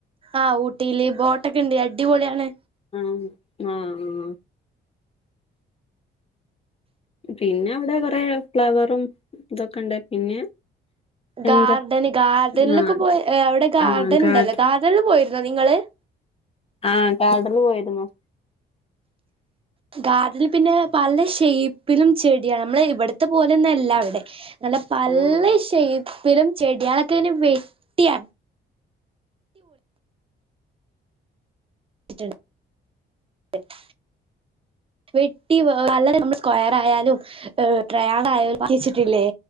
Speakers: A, on the right; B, on the left.
A: ആഹ് ഊട്ടിയില് ബോട്ടൊക്കെ ഉണ്ട് അടിപൊളിയാണ്
B: ആഹ് ആഹ് ആഹ് പിന്നെ അവിടെ കൊറെ ഫ്ലവറും ഇതൊക്കെണ്ട് പിന്നെ
A: ഗാർഡന്
B: എന്താ
A: ഗാർഡനിലൊക്കെ
B: ആ
A: പോയ അവിടെ ഗാർഡൻ
B: ആ ഗാർഡ
A: ഉണ്ടല്ലോ ഗാർഡനില് പോയിരുന്നോ നിങ്ങള്
B: ആഹ് ഗാർഡനിൽ പോയിരുന്നു
A: ഗാർഡനിൽ പിന്നെ പല ഷേപ്പിലും ചെടിയാണ് നമ്മള് ഇവിടത്തെ പോലെയൊന്നല്ല അവിടെ നല്ല പല്ലഷേപ്പിലും
B: ആ
A: ചെടികളൊക്കെ ഇങ്ങനെ വെട്ടിയാണ് <inaudible> വെട്ടി വല്ലരെ നമ്മള് സ്ക്വയർ ആയാലും ആഹ് ട്രായങ്കിൾ ആയും ആക്കി വെച്ചിട്ടില്ലേ